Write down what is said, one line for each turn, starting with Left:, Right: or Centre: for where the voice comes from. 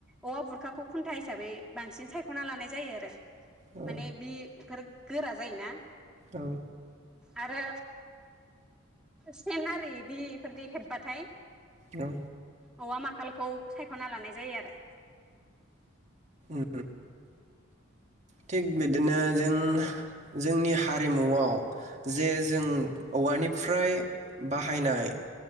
Centre: औवा बुरखाखौ खुन्था हिसाबै बांसिन सायखना लानाय जायो आरो।
Right: औ
Centre: माने बि फोर गोरा जायोना
Right: औ
Centre: आरो सेन आरो बिदि इफोरदि हेबबाथाय
Right: औ
Centre: औवा माखालखौ सायखना लानाय जायो आरो।
Right: उम थिग बिदिनो जों जोंनि हारिमुआव जे जों औवानिफ्राय बाहायनाय